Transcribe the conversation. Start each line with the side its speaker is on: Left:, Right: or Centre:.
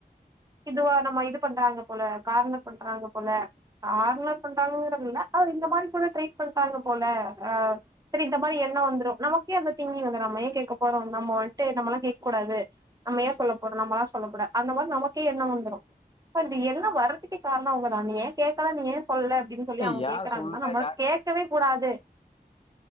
Right: இதுவா நம்ம இது பண்றாங்க போல கார்னர் பண்றாங்க போல கார்னர் பண்றாங்கன்றதில்ல அது இந்த மாரி கூட ட்ரை பண்றாங்க போல ஆ சரி இந்த மாரி எண்ணோ வந்துடு நமக்கே அந்த திங்கிங் வந்துரு நம்ம ஏன் கேக்க போறோ நம்ம வந்ட்டு நம்மல்லா கே க்கூடாது நம்ம ஏன் சொல்லப்போறோ நம்மல்லா சொல்லக்கூடா அந்த மாரி நமக்கே எண்ணோ வந்துரு இப்ப அந்த எண் ணோ வரதுக்கு காரணோ அவங்கதான ஏன் கேக் கலன்னு ஏன் சொல்லல அப்டின்னு சொல்லி
Left: ஏய்,
Right: அவங்க கேக்குறாங்கன்னா
Left: ஏன் சொல்ல
Right: நம்ம
Left: ஏன் கேட்கல?
Right: கேக்கவே கூடாது